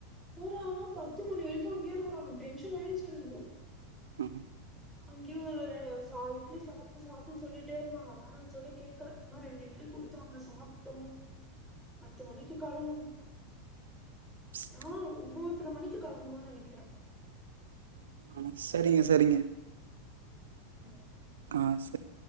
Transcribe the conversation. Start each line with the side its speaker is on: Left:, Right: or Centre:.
Centre: போறாங்க பத்து மணி வரைக்கு அங்கயே இருகுறாங்க டென்ஷன் ஆய்டுச்சு எனக்கு
Right: ம்
Centre: அங்கேயு சா இட்லி சாப்டு சாப்டுன்னு சொல்லிட்டே இருந்தாங்க வேனா சொல்லியு கேக்கல அம்மா ரெண்டு இட்லி குடுத்தாங்க சாப்ட்டோ பத்து மணிக்கு களம்பணு
Right: ஸ்-
Centre: ஆஹ் ஒன்போதரை மணிக்கு களம்பணுனு நெனைக்கிறே
Right: ஆஹ் சரிங்க சரிங்க
Centre: <inaudible>
Right: ஆ சரி